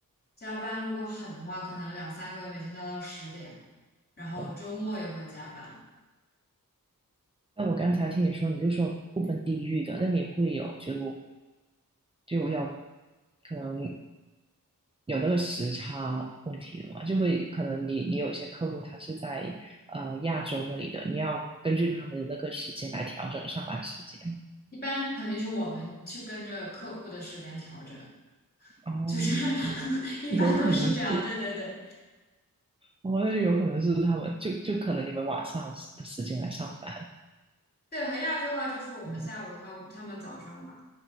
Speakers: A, on the left; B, on the right.
A: 加班，如果狠的话，可能两三个月每天都要到十点，然后周末也会加班。
B: 哇，那我刚才听你说，你就说不分地域的，那你会有就就要可能有那个时差问题的嘛？就会可能你你有些客户他是在呃亚洲那里的，你要根据他们的那个时间来调整上班时间。
A: 一般肯定是我们去跟着客户的时间调整，
B: 哦，
A: 就是 <laughs> 一般都是这样。
B: 有可能是。
A: 对对对
B: 哦，那就有可能是他们，就就可能你们晚上的时间来上班。
A: 对，和亚洲的话就是我们下午，
B: 哦
A: 他他们早上吧，